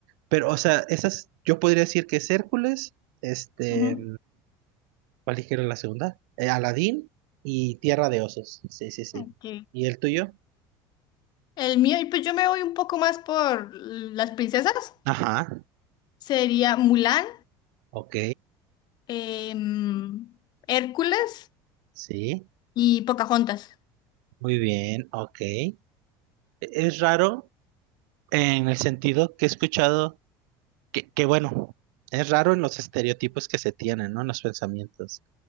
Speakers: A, on the right (about 80°); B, on the left (about 45°).
A: Pero, o sea, esas, yo podría decir que es Hércules, este,
B: Ujú.
A: ¿Cuál dijeron la segunda? Eh, Aladdin y Tierra de Osos. Sí, sí, sí.
B: Ok.
A: ¿Y el tuyo?
B: El mío, y pues yo me voy un poco más por las princesas.
A: Ajá.
B: Sería Mulan,
A: Ok.
B: em, Hércules
A: Sí.
B: y Pocahontas.
A: Muy bien. Ok. E- Es raro en el sentido que he escuchado que, que bueno, es raro en los estereotipos que se tienen, ¿no? En los pensamientos.